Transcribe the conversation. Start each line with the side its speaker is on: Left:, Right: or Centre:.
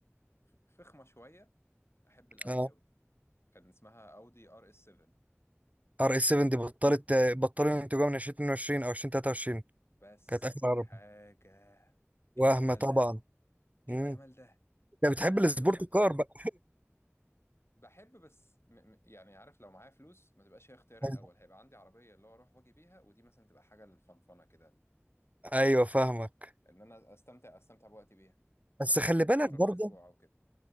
Left: ف- فخمه شويه احب الاودي
Right: اه
Left: قوي كان اسمها اودي ار اس 7
Right: ار اس 7 دي بطلت بطلت انتجها من 2022 او 2023
Left: بس
Right: كانت اخر
Left: حاجه ايه
Right: وهمة
Left: الجمال
Right: طبعا
Left: ده ايه
Right: مم.
Left: الجمال ده
Right: انت بتحب
Left: شكل
Right: السبورت
Left: واداء
Right: كار بقى
Left: بحب بس م م يعني عارف لو معايا فلوس ما تبقاش هي اختياري
Right: <laughs>
Left: الاول هيبقى عندي عربيه اللي هو اروح واجي بيها ودي مثلا تبقى حاجه للفنفنه كده
Right: ايوه فاهمك
Left: ان انا استمتع استمتع بوقتي بيها
Right: بس
Left: مثلا
Right: خلي
Left: انزل بيها
Right: بالك
Left: مره
Right: برضه
Left: في الاسبوع او كده